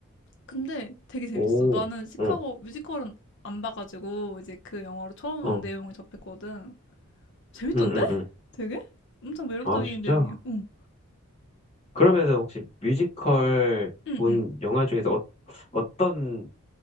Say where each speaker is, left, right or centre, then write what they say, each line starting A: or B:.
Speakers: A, on the left (about 55°); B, on the left (about 30°).
A: 근데 되게 재밌어.
B: 오,
A: 나는 시카고
B: 어,
A: 뮤지컬은 안 봐가지고 이제 그 영화로 처음
B: 어,
A: 내용을 접했거든. 재밌던데?
B: 응, 응, 응.
A: 되게? 엄청 매력적인
B: 아, 진짜?
A: 내용이야. 응,
B: 그러면은 혹시 뮤지컬
A: 응,
B: 본
A: 응,
B: 영화 중에서 어, 어떤